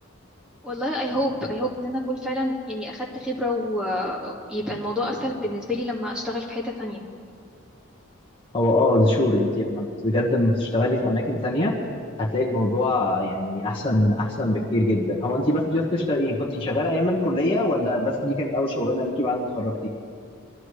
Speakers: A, in the centre; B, on the left (about 25°).
A: والله اي هوب اي هوب ان انا اكون فعلا يعني اخدت خبره ويبقى الموضوع اسهل بالنسبه لي لما اشتغل في حته تانية
B: هو اه شور انت لما بت- بجد لما بتشتغلي في اماكن تانية هتلاقي الموضوع يعني احسن احسن بكتير جدا هو انت بس جاست تشتغلي، يعني كنت شغاله ايام الكليه ولا بس دي كانت اول شغلانه ليكي بعد ما اتخرجتي